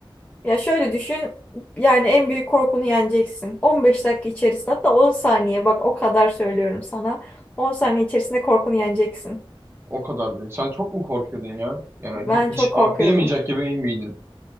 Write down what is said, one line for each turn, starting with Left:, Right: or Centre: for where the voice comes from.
Left: Ya şöyle düşün. Yani en büyük korkunu yeneceksin. 15 dakika içerisinde hatta 10 saniye bak o kadar söylüyorum sana. 10 saniye içerisinde korkunu yeneceksin.
Right: O kadar değil. Sen çok mu korkuyordun ya? Yani
Left: Ben
Right: hi-
Left: çok
Right: hiç atlayamayacak
Left: korkuyordum.
Right: gibi emin miydin?